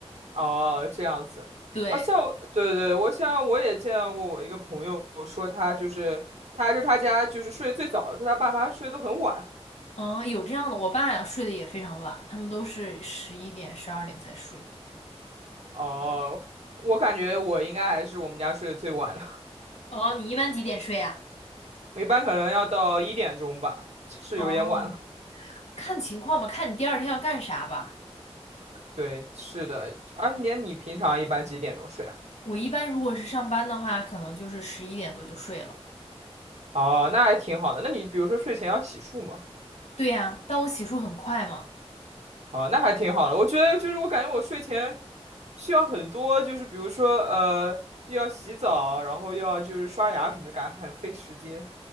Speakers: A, on the right (about 90°); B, on the left (about 80°).
A: 哦，这样子。
B: 对，
A: 哦，像我对对，我像我也见到过我一个朋友说他就是他是他家就是睡得最早的，说他爸妈睡得都很晚。
B: 嗯，有这样的，我爸呀睡得也非常晚，他们都是十一点、十二点才睡。
A: 哦，我感觉我应该还是我们家睡得最晚的，
B: 哦，你一般几点睡呀？
A: <laughs> 我一般可能要到一点钟吧，是有点晚了。
B: 哦，看情况吧，看你第二天要干啥吧。
A: 对，是的。
B: 对，
A: 啊，你你平常一般几点钟睡啊？
B: 我一般如果是上班的话，可能就是十一点多就睡了。
A: 哦，那还挺好的。那你比如说睡前要洗漱吗？
B: 对呀，但我洗漱很快嘛。
A: 啊，那还挺好的。我觉得就是我感觉我睡前需要很多，就是比如说呃，又要洗澡，然后又要就是刷牙什么的，感觉很费时间。